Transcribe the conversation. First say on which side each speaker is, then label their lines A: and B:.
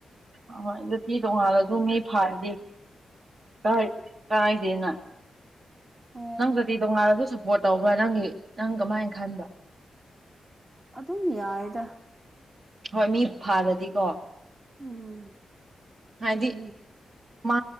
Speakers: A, on the right; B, on the right.
A: ꯑꯍꯣꯏ ꯖꯥꯇꯤ ꯇꯣꯡꯉꯥꯜꯂꯁꯨ ꯃꯤ ꯐꯥꯔꯗꯤ ꯀꯥꯏ ꯀꯥꯏꯗꯦꯅ
B: ꯍꯣꯏ
A: ꯅꯪ ꯖꯇꯤ ꯇꯣꯉꯥꯜꯂꯁꯨ ꯁꯞꯄꯣꯔꯠ ꯇꯧꯕ꯭ꯔꯥ ꯅꯪꯒꯤ ꯅꯪ ꯀꯃꯥꯏꯅ ꯈꯟꯕ꯭ꯥꯔ
B: ꯑꯗꯨꯝ ꯌꯥꯏꯗ
A: ꯍꯣꯏ ꯃꯤ ꯐꯥꯔꯗꯤꯀꯣ
B: ꯎꯝ
A: ꯍꯥꯏꯗꯤ
B: ꯑꯗꯨꯅꯤ
A: ꯃꯥ